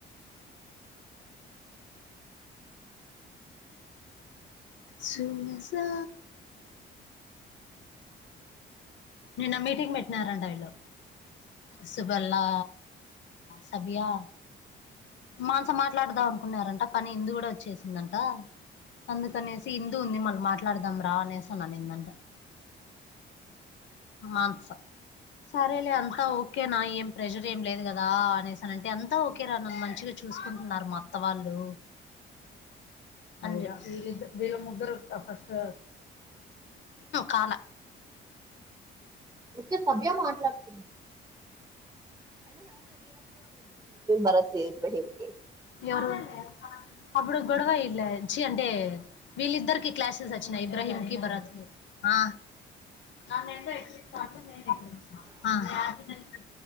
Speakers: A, on the left; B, on the right.
A: సుమసా నిన్న ఆ మీటింగ్ పెట్టినారంట వీళ్ళు సుబల్లా సబయా మానస మాట్లాడదాం అనుకున్నారంట కానీ హిందూ కూడా వచ్చేసిందంట అందుకనేసి హిందూ ఉంది మళ్ళీ మాట్లాడదాం రా అనేసి ఇందంట మానస సరేలే అంతా ఓకేనా ఏం ప్రెషర్ ఏం లేదు కదా అనేసానంటే అంతా ఓకేరా నన్ను మంచిగా చూసుకుంటున్నారు మా అత్త వాళ్ళు ఆ ఈ విళ్ళు ముగ్గురు ఫస్ట్ కాల
B: ముఖే సభ్య మాట్లాడుతుంది భరత్ ఇబ్రహీం కి
A: ఎవరు అప్పుడు గొడవ ఇళ్ళచ్చి అంటే వీళ్ళిద్దరికి క్లాసెస్ వచ్చినాయి ఇబ్రాహీం కి భరాత్ కి ఆ నన్ను ఏందో ఎక్కిరిస్తా అంటే నేను ఎక్కిరిచ్చిన